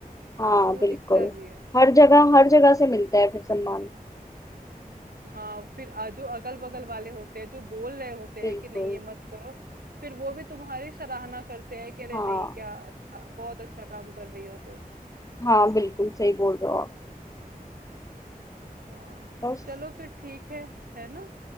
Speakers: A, on the right; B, on the left.
A: हाँ
B: हाँ
A: तो वो
B: बिल्कुल
A: दिखता भी है
B: हर जगह हर जगह से मिलता है फिर सम्मान
A: हाँ फिर आ, जो अगल बगल वाले होते हैं जो बोल रहे होते
B: बिल्कुल
A: हैं कि नहीं ये मत करो फिर वो भी तुम्हारी सराहना करते हैं कि अरे
B: हाँ
A: नहीं क्या अच्छा बहुत अच्छा काम कर रही हो तुम
B: हाँ बिल्कुल सही बोल रहे हो आप
A: हाँ
B: बस
A: चलो फिर ठीक है है ना